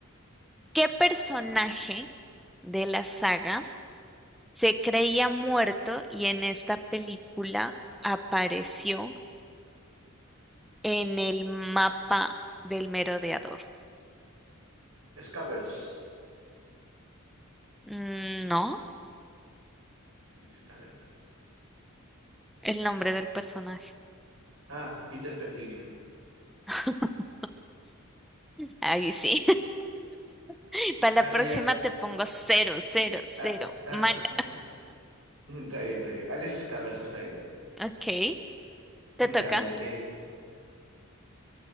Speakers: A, in the centre; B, on the right.
A: ¿qué personaje de la saga? Se creía muerto y en esta película apareció en el mapa del merodeador.
B: Scabbers.
A: Mm, No,
B: Sí, Scabbers.
A: el nombre del personaje.
B: Ah, Peter Pettigrew.
A: <laughs> Ahí sí. <laughs> Para la
B: Alias.
A: próxima te pongo cero, cero, cero.
B: ah, ah,
A: Mal.
B: <laughs> Está bien, está bien. Alias Scabbers, está bien.
A: Ok, te toca.
B: Dale. eh,